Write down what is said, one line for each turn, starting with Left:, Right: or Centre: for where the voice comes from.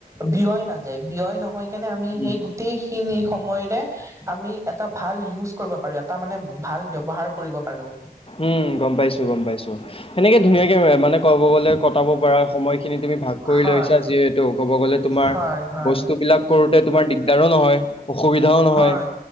Right: ব্যয় নাযায়, ব্যয় নহয় কেনে আমি হেই
Left: উম
Right: গুতেই খিনি সময়ৰে আমি এটা ভাল ইউজ কৰিব পাৰো, এটা মানে ভাল ব্যৱহাৰ কৰিব পাৰো।
Left: উম গম পাইছো-গম পাইছো। সেনেকে ধুনীয়াকে মানে, ক'ব গ'লে কটাব পাৰ সময় খিনি তুমি ভাগ কৰি
Right: হয়
Left: লৈছা যিহেতু ক'ব গ'লে তোমাৰ
Right: হয় হয়
Left: বস্তু বিলাক কৰোতে তোমাৰ দিগদাৰো নহয়। অসুবিধাও নহয়।
Right: হয়